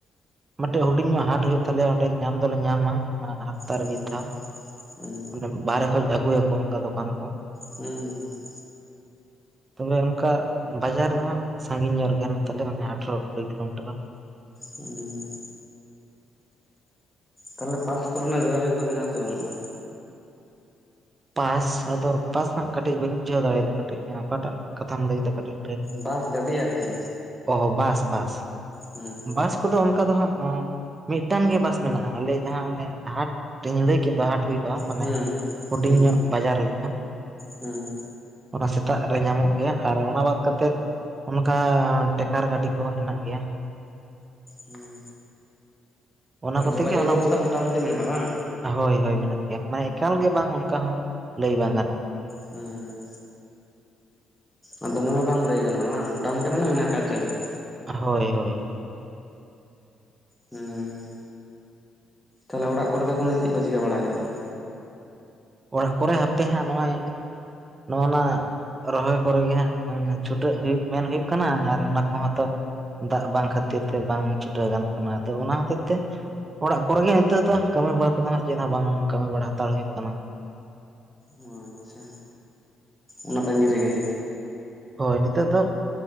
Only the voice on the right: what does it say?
ᱢᱤᱫᱴᱮᱡ ᱦᱩᱰᱤᱧ ᱧᱚᱜ ᱦᱟᱴ ᱦᱩᱭᱩᱜ ᱛᱟᱞᱮᱭᱟ ᱚᱸᱰᱮ ᱧᱟᱢ ᱫᱚᱞᱮ ᱧᱟᱢᱟ ᱚᱱᱟ ᱦᱟᱯᱛᱟ
ᱨᱮ ᱢᱤᱫ ᱫᱷᱟᱣ
ᱟᱱᱮ ᱵᱟᱨᱦᱮ ᱠᱷᱚᱡ ᱟᱹᱜᱩ ᱭᱟᱠᱚ ᱚᱱᱠᱟ ᱫᱚᱠᱟᱱ ᱠᱚ
ᱛᱚᱵᱮ ᱚᱱᱠᱟ ᱵᱟᱡᱟᱨ ᱨᱮᱫᱚ ᱦᱟᱸᱜ ᱥᱟᱺᱜᱤᱧ ᱧᱚᱜ ᱨᱮ ᱜᱮ ᱦᱮᱸᱱᱟᱜ ᱛᱟᱞᱮᱭᱟ ᱟᱴᱷᱨᱚ ᱠᱩᱲᱤ ᱠᱤᱞᱳᱢᱤᱴᱟᱨ
ᱯᱟᱥ ᱟᱫᱚ ᱯᱟᱥ ᱦᱟᱸᱜ ᱠᱟᱹᱴᱤᱡ ᱵᱟᱹᱧ ᱵᱩᱡᱷᱟᱹᱣ ᱫᱟᱲᱮ ᱭᱟᱫᱟ ᱠᱟᱹᱴᱤᱡ ᱦᱮᱸ ᱚᱠᱟᱴᱟᱜ ᱠᱟᱛᱷᱟᱢ ᱞᱟᱹᱭᱮᱫᱟ ᱠᱟᱹᱴᱤᱡ
ᱚᱦᱚ ᱵᱟᱥ ᱵᱟᱥ
ᱵᱟᱥ ᱠᱚᱫᱚ ᱚᱱᱠᱟ ᱫᱚ ᱦᱟᱸᱜ ᱢᱤᱫᱴᱟᱝ ᱜᱮ ᱵᱟᱥ ᱢᱮᱱᱟᱜ-ᱟ ᱟᱞᱮ ᱡᱟᱦᱟᱸ ᱚᱱᱮ ᱦᱟᱴ ᱤᱧ ᱞᱟᱹᱭ ᱠᱮᱫ ᱫᱚ ᱦᱟᱴ ᱦᱩᱭᱩᱜ-ᱟ
ᱦᱩᱰᱤᱧ
ᱧᱚᱜ ᱵᱟᱡᱟᱨ ᱞᱮᱠᱟ
ᱚᱱᱟ ᱥᱮᱛᱟᱜ ᱨᱮ ᱧᱟᱢᱚᱜ ᱜᱮᱭᱟ ᱟᱨ ᱚᱱᱟ ᱵᱟᱫ ᱠᱟᱛᱮᱫ ᱚᱱᱠᱟ ᱴᱮᱠᱟᱨ ᱜᱟᱹᱰᱤ ᱠᱚ ᱦᱮᱱᱟᱜ ᱜᱮᱭᱟ
ᱚᱱᱟ ᱠᱚᱛᱮ
ᱜᱮ ᱚᱱᱟ
ᱦᱳᱭ ᱦᱳᱭ ᱢᱮᱱᱟᱜ ᱜᱮᱭᱟ ᱢᱟᱱᱮ ᱮᱠᱟᱞ ᱜᱮ ᱵᱟᱝ ᱚᱝᱠᱟ ᱦᱚᱸ ᱞᱟᱹᱭ ᱵᱟᱝ ᱜᱟᱱᱚᱜᱼᱟ᱾
ᱦᱳᱭ ᱦᱳᱭ
ᱚᱲᱟᱜ ᱠᱚᱨᱮ ᱦᱟᱯᱮ ᱦᱟᱸ ᱱᱚᱜᱼᱚᱭ ᱱᱚᱜᱼᱱᱟ ᱨᱚᱦᱚᱭ ᱠᱚᱨᱮ ᱜᱤ ᱦᱟᱸᱜ ᱪᱷᱩᱴᱟᱹᱜ ᱦᱩᱭᱩᱜ ᱢᱮᱱ ᱦᱩᱭᱩᱜ ᱠᱟᱱᱟ ᱟᱨ ᱚᱱᱟ ᱠᱚᱦᱚᱸ ᱛᱚ ᱫᱟᱜ ᱵᱟᱝ ᱠᱷᱟᱹᱛᱤᱨ ᱛᱮ ᱵᱟᱝ ᱪᱷᱩᱴᱟᱹᱣ ᱜᱟᱱᱚᱜ ᱠᱟᱱᱟ ᱟᱫᱚ ᱚᱱᱟ ᱦᱚᱛᱮᱡ ᱛᱮ ᱚᱲᱟᱜ ᱠᱚᱨᱮ ᱜᱮ ᱦᱤᱛᱚᱜ ᱫᱚ ᱠᱟᱹᱢᱤ ᱵᱟᱲᱟ ᱠᱚᱫᱚ ᱦᱟᱸᱜ ᱪᱮᱫ ᱦᱚᱸ ᱵᱟᱝ ᱠᱟᱹᱢᱤ ᱵᱟᱲᱟ ᱦᱟᱛᱟᱲ ᱦᱩᱭᱩᱜ ᱠᱟᱱᱟ
ᱦᱳᱭ ᱱᱤᱛᱚᱜ ᱫᱚ